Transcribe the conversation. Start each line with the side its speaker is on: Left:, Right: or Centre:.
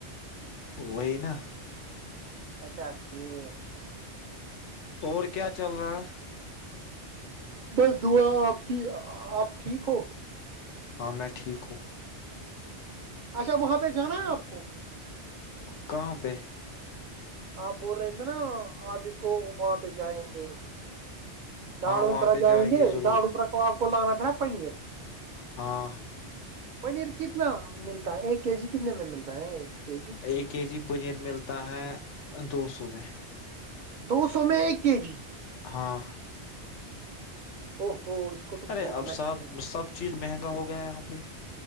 Left: وہی نا
Right: اچھا ٹھیک
Left: اور کیا چل رہا ہے
Right: بس دعا آپ کی آپ ٹھیک ہو
Left: ہاں میں ٹھیک ہوں
Right: اچھا وہاں پہ جانا ہے آپ کو
Left: کہاں پہ
Right: آپ بول رہے تھے نا آپ اس کو وہاں پہ جائیں گے ڑاڑ
Left: ہاں
Right: ووپرر
Left: وہاں پہ
Right: جائیں گے
Left: ضرور
Right: ڑاڑووپر کو آب آپ کو لانا تھا نا پنیر
Left: ہاں
Right: پنیر کتنا ملتا ہے ایک کے جی کتنے میں ملتا ہے کے جی
Left: ایک کے جی پنیر ملتا ہے دو سو میں
Right: دو سو میں ایک کے جی
Left: ہاں
Right: او ہو اس کو تو
Left: ارے
Right: بہت
Left: اب
Right: مہنگا
Left: سب سب چیز مہنگا ہوگا ہو گیا یہاں پہ